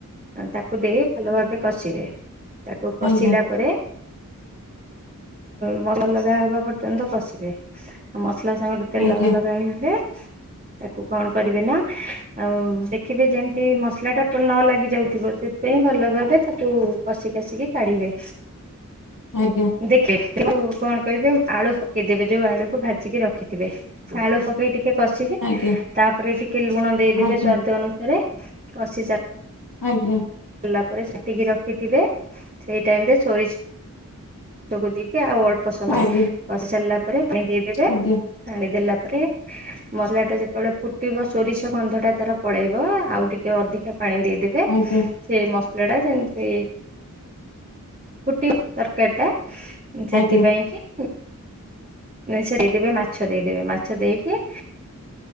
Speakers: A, on the right; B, on the left.
A: ତାକୁ ଦେଇ ଭଲ ଭାବେ କଷିବେ, ତାକୁ କଷିଲା
B: ଆଜ୍ଞା
A: ପରେ ମନଲଗା ହେବା ପର୍ଯ୍ୟନ୍ତ କଶିବେ। ମସଲା ସାଙ୍ଗରେ ତେଲ
B: ଆଜ୍ଞା
A: ଆଲଗା ହେଇଗଲେ ତାକୁ କଣ କରିବେ ନା ଆଉ ଦେଖିବେ ଯେମିତି ମସଲା ଟା ନ ଲାଗି ଯାଉଥିବ। ପାଇଁ ଭଲ ଭାବେ ତାକୁ କଷି କାଷିକି କାଢିବେ।
B: ଆଜ୍ଞା।
A: ଦେଖେ ଯଉ କଣ କରିବେ ଆଳୁ ପକେଇଦେବେ ଯୋଉ ଆଳୁକୁ ଭାଜିକି ରଖିଥିବେ। ଆଳୁ ପକେଇ ଟିକ ଟିକେ କଷିବେ
B: ଆଜ୍ଞା
A: ତାପରେ ଟିକେ ଲୁଣ ଦେଇଦେବେ
B: ଆଜ୍ଞା
A: ସ୍ଵାଦ ଅନୁସାରେ କଷି ଚା
B: ଆଜ୍ଞା।
A: ଲା ପରେ ଚାଟିକି ରଖିଥିବେ ସେଇ ଟାଇମରେ ସୋରି ଷକୁ ଟିକେ ଆଉ ଅଳ୍ପ ସମୟ
B: ଆଜ୍ଞା
A: କଷି ସାରିଲା ପରେ ପାଣି ଦେଇଦେବେ।
B: ଆଜ୍ଞା
A: ପାଣି ଦେଲା ପରେ ମସଲା ଟା ଯେତେବେଳେ ଫୁଟିବ ସୋରିଷ ଗନ୍ଧ ଟା ତାର ପଳେଇବ ଆଉ ଟିକେ ଅଧିକା ପାଣି ଦେଇଦେ
B: ଆଜ୍ଞା।
A: ସେ ମସଲା ଟା ସେମିତି ଫୁଟି ତରକାରୀଟା ସେଥିପାଇଁ
B: ଆଜ୍ଞା
A: କିି ସେ ଦେଇଦେବେ ମାଛ ଦେଇଦେବେ ମାଛ ଦେଇକି